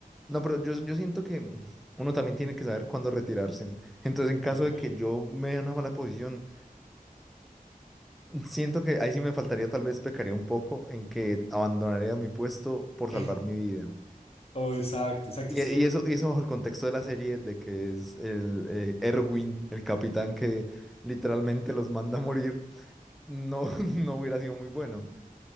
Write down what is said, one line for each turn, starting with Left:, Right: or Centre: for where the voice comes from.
Centre: No, pero yo, yo siento que mm, uno también tiene que saber cuándo retirarse. Entonces, en caso
Left: Ok.
Centre: de que yo me dé una mala posición, siento que ahí sí me faltaría, tal vez pecaría un poco en que abandonaría mi puesto por salvar
Left: <laughs>
Centre: mi vida.
Left: Oh, exacto, exacto.
Centre: Y,
Left: Es
Centre: y
Left: que...
Centre: eso, y eso bajo el contexto de la serie, de que es el eh, Erwin, el capitán que literalmente los manda a morir, no, <laughs> no hubiera sido muy bueno.